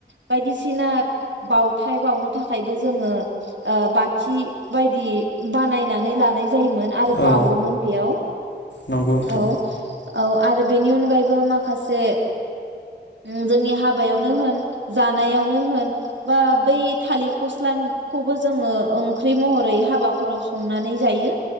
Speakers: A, on the right; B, on the left.
A: बायदिसिना बाउ थाय बावनो थाखायबो जोङो ओ बाथि बायदि बानायनानै लानाय जायोन आरो बावोमोन
B: औ
A: बेयाव।
B: नंगौ नोंथां
A: औ औ आरो बेनि अन गायबो माखासे ओम जोंनि हाबायावनो होन जानायावनो होन बा बै थालिर फस्लानखौबो जोङो ओंख्रि महरै हाबाफोराव संनानै जायो।